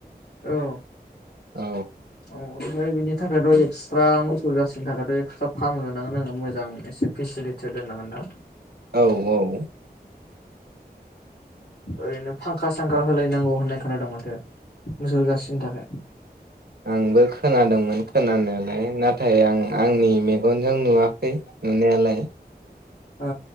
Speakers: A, on the left; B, on the right.
A: औ
B: औ
A: औ ओमफ्राय बिनि थाखायथ' एक्सट्रा मोसौ जासिनो थाखायथ' एक्सट्रा फार्म लुनांगोन आङो मोजां एसे फेसिलिटि दोननांगोन ना
B: औ औ
A: ओरैनो फांखा सांखा होलायनांगौ होननाय खोनादों माथो मोसौगासिनि थाखाय
B: आंबो खोनादोंमोन खोनानायालाय नाथाय आं आंनि मेगनजों नुवाखै नुनायालाय
A: अ